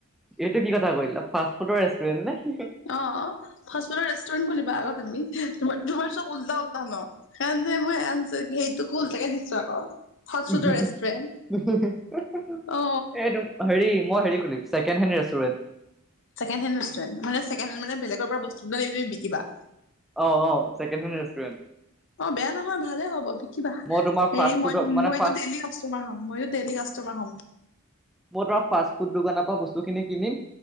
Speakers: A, in the centre; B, on the left.
A: এইটো কি কথা কৈ দিলা, ফাষ্ট ফুডৰ ৰেষ্টুৰেণ্ট নে?
B: অ। ফাষ্ট ফুডৰ ৰেষ্টুৰেণ্ট খুলিবা আকৌ তুমি। তোমাৰ তোমাৰ চব উল্টা পোল্টা ন সেইকাৰণে মই আনিছো সেইটোকো উল্টাকে দিছো আকৌ <unintelligible>
A: এইটো
B: ফুডৰ ৰেষ্টুৰেণ্ট
A: হেৰি মই হেৰি খুলিম
B: অ
A: চাই কেন হেন ৰেষ্টুৰেণ্ট?
B: ছেকেণ্ডহেন ৰেষ্টুৰেণ্ট। মানে ছেকেণ্ডহেন মানে বেলেগৰ পৰা বস্তু লৈ তুমি বিকিবা।
A: অ ছেকেণ্ডহেন ৰেষ্টুৰেণ্ট।
B: অ বেয়া নহয়, ভালে হ'ব। কিবা।
A: মই তোমাৰ
B: হেৰি
A: ফাষ্ট ফুডৰ
B: মই
A: মানে
B: মইতো
A: ফাষ্ট
B: ডেইলি কাষ্টমাৰ হ'ম, মইও ডেইলি কাষ্টমাৰ হ'ম।
A: মই তোমাৰ ফাষ্ট ফুড দোকানৰ পৰা বস্তুখিনি কিনিম,